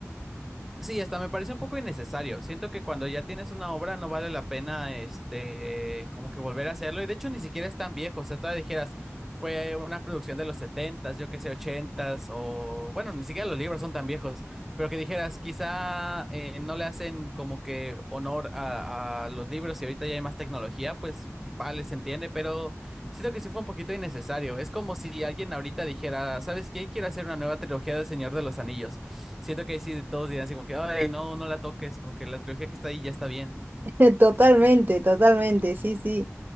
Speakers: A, in the centre; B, on the right.
A: Sí, hasta me parece un poco innecesario. Siento que cuando ya tienes una obra no vale la pena, este, como que volver a hacerlo. Y de hecho ni siquiera es tan viejo. O sea, todavía dijeras, fue una producción de los setentas, yo qué sé, ochentas, o bueno, ni siquiera los libros son tan viejos. Pero que dijeras, quizá eh, no le hacen como que honor a, a los libros y ahorita ya hay más tecnología, pues vale, se entiende. Pero siento que sí fue un poquito innecesario. Es como si alguien ahorita dijera, ¿sabes qué? Quiero hacer una nueva trilogía del Señor de los Anillos. Siento que ahí sí todos dirán así como que, ay, no, no la toques, como que la trilogía que está ahí ya está bien.
B: <laughs> Totalmente, totalmente, sí, sí,